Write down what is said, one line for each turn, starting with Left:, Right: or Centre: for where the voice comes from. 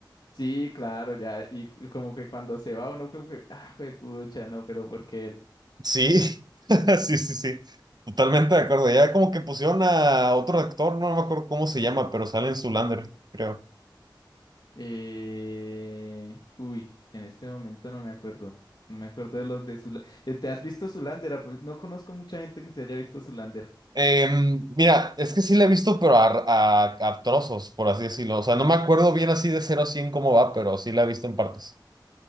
Left: Sí, claro, ya, y cu- como que cuando se va uno, como que, ah, pucha, no, pero ¿por qué él?
Right: Sí, <laughs> sí, sí, sí. Totalmente de acuerdo. Ya como que pusieron a otro actor, no me acuerdo cómo se llama, pero sale en Zoolander, creo.
Left: Eh, uy, en este momento no me acuerdo. No me acuerdo de los de Zulander. ¿Te has visto Zulander? Apro- No conozco mucha gente que se haya visto Zulander.
Right: Em, mira, es que sí la he visto, pero a, a- a trozos, por así decirlo. O sea, no me acuerdo bien así de cero a 100 cómo va, pero sí la he visto en partes.